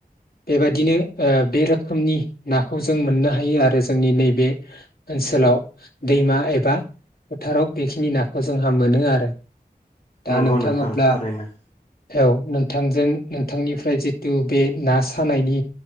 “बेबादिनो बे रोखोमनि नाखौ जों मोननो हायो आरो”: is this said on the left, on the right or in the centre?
Left